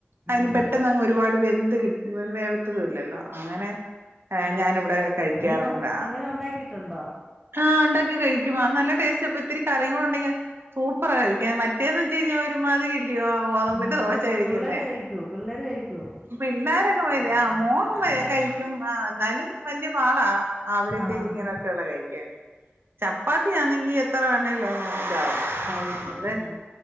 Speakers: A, on the right; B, in the centre.
A: അതിന്
B: ഉം
A: പെട്ടെന്ന് അങ്ങ് ഒരുപാട് വെന്ത് കി വേവത്തതും ഇല്ലല്ലോ അങ്ങനെ ഞാനിവിടെ കഴിക്കാറുണ്ട്
B: അങ്ങനെ അങ്ങനെ ഉണ്ടാക്കിയിട്ടുണ്ടോ
A: ആ ഉണ്ടാക്കി കഴിക്കും അത് നല്ല ടേസ്റ്റ് അപ്പം ഇത്തിരി കറിയ കൂടി ഉണ്ടെങ്കി സൂപ്പറാ കഴിക്കാൻ മറ്റേത് എന്ന് വെച്ച് ഒരുമാതിരി ഗോതമ്പിന്റെ
B: ആഹ്
A: ദോശ കഴിക്കുന്നേ
B: പിള്ളേര് കഴിക്കോ പിള്ളേര് കഴിക്കോ
A: പിള്ളാരൊക്കെ മൈദയാ മോൻ കഴിക്കും ആ എന്നാലും വല്യ പാടാ അവരൊക്കെ
B: ആഹ്
A: ഇങ്ങനെയൊക്കെയ ഉള്ള കഴിക്കാൻ ചപ്പാത്തിയാണെങ്കി എത്ര വേണേലോ ഇതാവും
B: കഴിക്കും
A: അതെ
B: ഉം